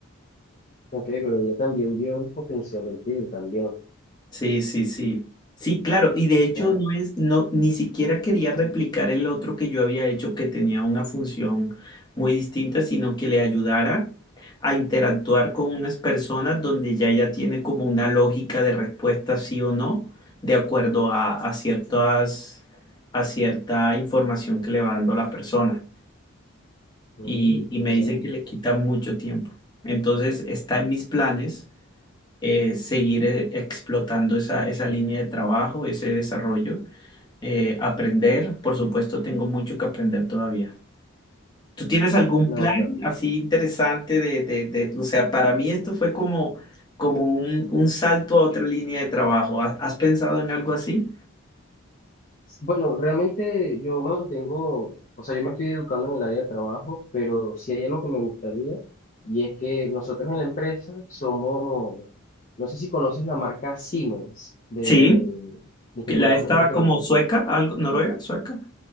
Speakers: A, on the left (about 35°); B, on the left (about 20°).
A: Ok, pero ella también vio un potencial en ti también. O
B: Sí, sí, sí. Sí, claro, y de hecho
A: sea,
B: no es, no, ni siquiera quería replicar el otro que yo había hecho que tenía una función muy distinta, sino que le ayudara a interactuar con unas personas donde ya ya tiene como una lógica de respuesta sí o no, de acuerdo a, a ciertas, a cierta información que le va dando la persona.
A: mm,
B: Y,
A: interesante.
B: y me dice que le quita mucho tiempo. Entonces está en mis planes eh, seguir eh, explotando esa, esa línea de trabajo, ese desarrollo, eh, aprender. Por supuesto, tengo mucho que aprender todavía. ¿Tú tienes algún
A: No,
B: plan
A: acá.
B: así interesante de, de, de- o sea, para mí esto fue como, como un, un salto a otra línea de trabajo. ¿Has, has pensado en algo así?
A: Bueno, realmente yo me mantengo, o sea, yo me estoy educando en el área de trabajo, pero sí hay algo que me gustaría, y es que nosotros en la empresa somos, no sé si conoces la marca Siemens de
B: Sí,
A: instrumentos
B: que la está
A: de electrónica.
B: como sueca, algo, noruega, sueca,